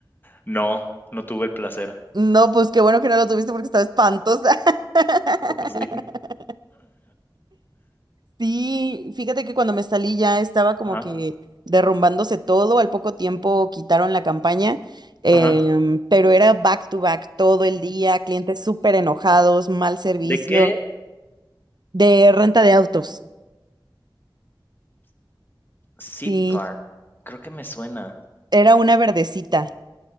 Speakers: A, on the left (about 25°); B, on the right (about 60°).
A: No, no tuve el placer.
B: No, pues qué bueno que no lo tuviste porque estaba espantosa. <laughs>
A: ¿A poco sí?
B: Sí, fíjate que cuando me salí ya estaba como
A: Ajá,
B: que derrumbándose todo, al poco tiempo quitaron la campaña, em,
A: ajá.
B: pero era back to back todo el día, clientes súper enojados, mal servicio.
A: ¿De qué?
B: De renta de autos.
A: Zip
B: Sí,
A: Car, creo que me suena.
B: era una verdecita.